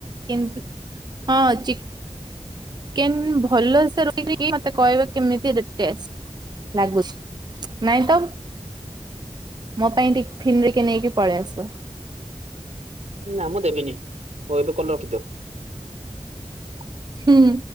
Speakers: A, on the right (about 35°); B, on the right (about 70°).
A: କିନ୍ତୁ ହଁ ଚି କେନ୍ ଭଲସେ ରୋଷେଇ କରିକି ମତେ କହିବେ କେମିତି ରେଟେଷ୍ଟ। ନାଗୁୁଛି ନାଇଁ ତ। ମୋ ପାଇଁ ଟିଫିିନ ଟିକେ ନେଇକି ପଳେଇ ଆସିବ।
B: ନା ମୁଁ ଦେବିନି ହଉ ଏବେ କଲ ରଖିଦିଅ।
A: ହୁଁ।